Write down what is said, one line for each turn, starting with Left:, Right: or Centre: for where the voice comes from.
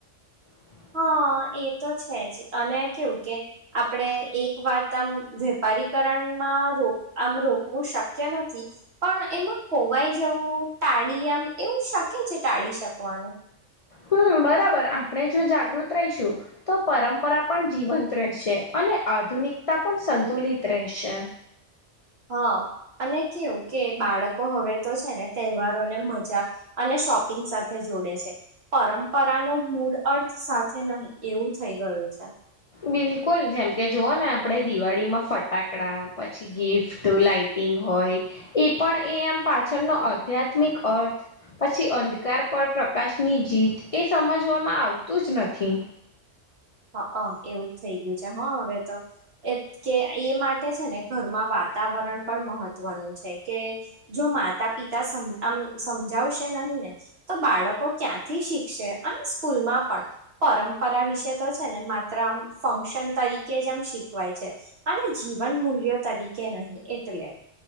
Left: <inaudible>
Right: હા એ તો છે જ અને કેવું કે, આપડે એક વાત આમ વેપારીકરણ એમાં રોક આમ રોકવું શક્ય નથી, પણ એમાં ખોવાઈ જવું ટાળી એવું શક્ય છે ટાળી શકવાનું.
Left: હમ્મ. બરાબર આપણે જો જાગૃત રહીશું, તો પરંપરા પણ જીવંત રહેશે અને આધૂ નિકતા પણ સંતુલિત રહેશે.
Right: હા, અને કેવું કે બાળકો હવે તો છે ને તહેવારો ને મજા, અને શોપિંગ સાથે જોડે છે, પરંપરા નો મૂળ અર્થ સાથે નહી એવું થઈ ગયું. છે.
Left: બિલકુલ જેમ કે જુઓ ને આપડે દિવાળીમાં ફટાકડા પછી ગિફ્ટ લાઇટિંગ. હોય, એ પણ એ એમ પાછળનો આધ્યાત્મિક અર્થ હો પછી, અંધકાર પર પ્રકાશની જીત, એ સમજવામાં આવતું જ નથી
Right: હ એવું જ થઈ ગયું છે, હા હવે તો એ કે એ માટે છે ને ઘરમાં વા વાતાવરણ પણ મહત્વનું છે, કે જો માતા પિતા આમ સમજાવશે ન તો બાળકો ક્યાંથી, શીખશે અને સ્કૂલમાં પણ પરંપરા વિશે તો છેને, માત્ર આમ ફક્શન તરીકે જ આમ શીખવાય છે, અને જીવન મૂલ્યો તરીકે કે નહી, એટલે